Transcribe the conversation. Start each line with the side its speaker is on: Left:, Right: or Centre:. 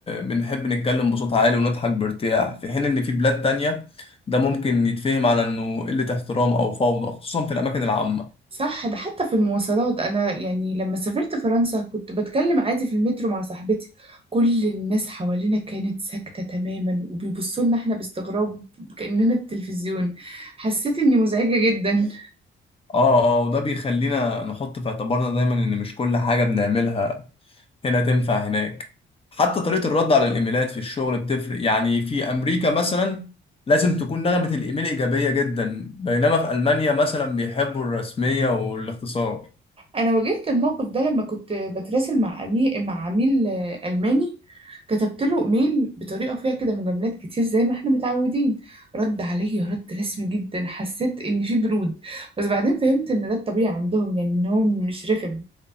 Left: بنحب نتكلم بصوت عالي ونضحك بارتياح في حين ان في بلاد تانية ده ممكن يتفهم على انه قله احترام او فوضى خصوصا في الاماكن العامه
Right: صح ده حتى في المواصلات أنا يعني لما سافرت فرنسا كنت بتكلم عادي في المترو مع صاحبتي كل الناس حوالينا كانت ساكتة تماما وبيبصوا لنا إحنا باستغراب كأننا التلفزيون حسيت إني مزعجة جدا
Left: اه اه وده بيخلينا نحط في اعتبارنا دايما ان مش كل حاجه بنعملها هنا تنفع هناك حتى طريقة الرد على الإيميلات في الشغل بتفرق يعني في أمريكا مثلا لازم تكون نغمة الإيميل إيجابية جدا بينما في ألمانيا مثلا بيحبوا الرسمية والاختصار
Right: انا واجهت الموقف ده لما كنت بتراسل مع عميل مع عميل آه، الماني كتبت له ايميل بطريقه فيها كده مجاملات كتير زي ما احنا متعودين رد عليا رد رسمي جدا حسيت ان في برود بس بعدين فهمت ان ده الطبيعي عندهم يعني ان هو مش رخم